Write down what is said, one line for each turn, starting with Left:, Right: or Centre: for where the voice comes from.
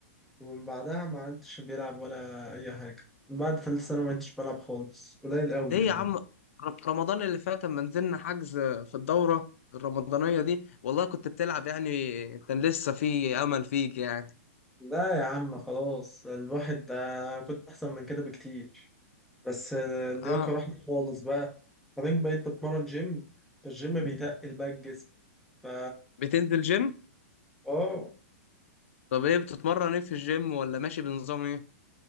Centre: ومن بعدها ما عدتش بيلعب ولا أي حاجة من بعد تالتة ثانوي ما عدتش بلعب خالص قليل قوي
Left: ليه
Centre: يعني
Left: يا عم ر- رمضان اللي فات لما نزلنا حجز في الدورة الرمضانية دي والله كنت بتلعب يعني كان لسه في أمل فيك يعني
Centre: لا يا عم خلاص الواحد ده كنت أحسن من كده بكتير بس اللياقة
Left: اه
Centre: راحت خالص بقى بعدين بقيت بتمرن جيم فالجيم بيتقل بقى الجسم فا
Left: بتنزل جيم
Centre: اه
Left: طب ايه بتتمرن ايه في الجيم ولا ماشي بنظام ايه